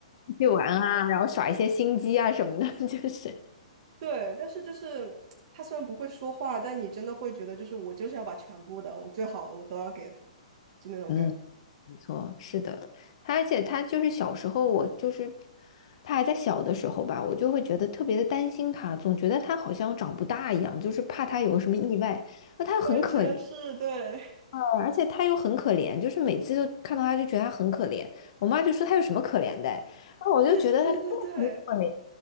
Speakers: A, on the left; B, on the right.
A: 去玩啊，然后耍一些心机啊什么的，<laughs> 就是
B: 对，但是就是他虽然不会说话，但你真的会觉得，就是我就是要把全部的，我最好的，我都要给他，就那种感觉，
A: 嗯，没错，是的，他而且他就是小时候，我就是他还在小的时候吧，我就会觉得特别的担心他，总觉得他好像长不大一样，就是怕他有个什么意外。那他又很可怜，
B: 完全是对，
A: 呃而且他又很可怜，就是每次都看到他就觉得他很可怜。我妈就说他有什么可怜的，然后我就觉得他真的很可怜，
B: <laughs> 对对对对对，